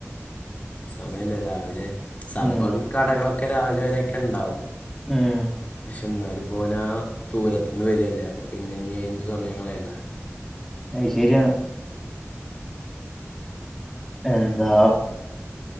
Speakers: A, on the left; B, in the centre.
A: സമയല്ല രാവിലെ സംഭം
B: ഉം
A: കടകളൊക്കെ രാവിലെ വരെയൊക്കെണ്ടാവും
B: ഉം
A: പക്ഷെ എന്നാലും പോനാ ദൂരത്തുന്ന് വരില്ലേ അപ്പ പിന്നെ ഇനി അതിന്റെ സമയം കളയണ്ട
B: അയ് ശരിയാണ് എന്താ